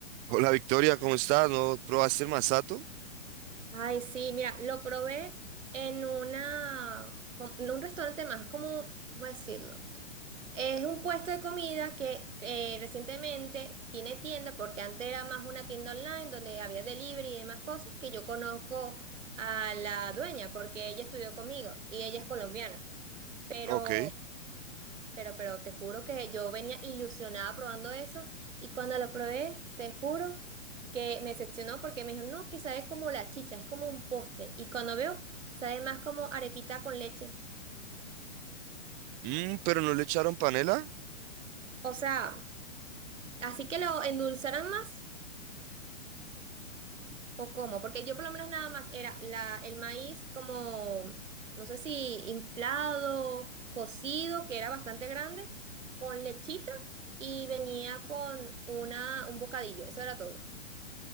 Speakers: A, on the right; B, on the right.
A: Hola Victoria, ¿cómo estás? ¿No probaste el masato?
B: Ay, sí, mira, lo probé en una, com- en un restaurante más, como, ¿cómo decirlo? Es un puesto de comida que eh, recientemente tiene tienda, porque antes era más una tienda online donde había delivery y demás cosas, que yo conozco a la dueña, porque ella estudió conmigo y ella es colombiana. pero
A: Ok.
B: pero, pero te juro que yo venía ilusionada probando eso y cuando lo probé, te juro que me decepcionó porque me dijo, no, que sabe como la chicha, es como un postre. Y cuando veo, sabe más como arepita con leche.
A: Mm, pero no le echaron panela.
B: O sea, así que lo endulzaran más o cómo, porque yo por lo menos nada más era la, el maíz como, no sé si inflado, cocido, que era bastante grande, con lechita y venía con una, un bocadillo, eso era todo.